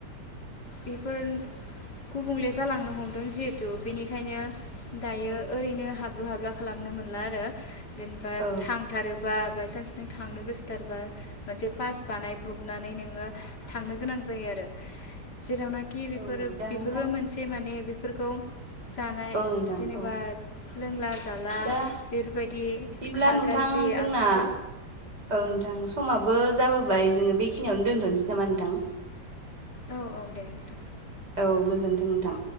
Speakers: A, on the left (about 75°); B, on the right (about 75°).
A: बेफोर गुबुंले जालांनो हमदों जिहेथु बेनिखायनो दायो
B: औ
A: ओरैनो हाब्लु हाब्ला खालामनो मोनला आरो जेनेबा
B: औ
A: थांथारो। बा बायसान्स नों थांनो गोसोथारबा मोनसे पास बानायब्रबनानै नोङो। थांनो गोनां जायो
B: औ
A: आरो जेरावनाखि बेफोरो
B: औ दा
A: बेफोरबो
B: नोंथां
A: मोनसे। जे माने बेफोरखौ जानाय
B: औ नोंथां
A: जेनेबा
B: औ
A: लोंला जाला
B: दा
A: बेफोरबायदि
B: बिदिब्ला
A: खा
B: नोंथां
A: गाज्रि
B: जोंना
A: आखुखौ
B: औ नोंथां समाबो जाबोबाय जोङो बेखिनियावनो दोनथ'नोसै नामा नोंथां।
A: औ औ दे नोंथ'
B: औ गोजोन्थों नोंथां।